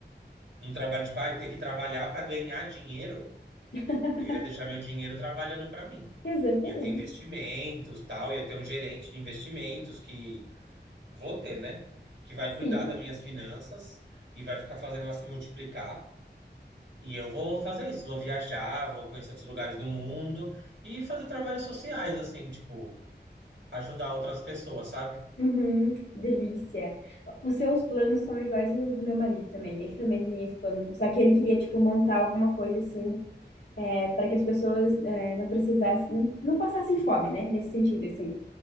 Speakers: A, on the right; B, on the left.
A: um trabalho de pai, ter que trabalhar para ganhar dinheiro.
B: <laughs>
A: Eu ia deixar meu dinheiro trabalhando para mim.
B: exatamente.
A: Ia ter investimentos, tal, ia ter um gerente de investimentos que vou ter, né? Que vai cuidar
B: Sim.
A: das minhas finanças e vai ficar fazendo ela se multiplicar. E eu vou fazer isso, vou viajar, vou conhecer outros lugares do mundo e fazer trabalhos sociais, assim, tipo, ajudar outras pessoas, sabe?
B: Uhum, que delícia. Os seus planos são iguais ao do meu marido também. Ele também tem esse plano. Só que ele queria, tipo, montar alguma coisa assim, é, para que as pessoas é, não precisassem, não, não passassem fome, né? Nesse sentido, assim.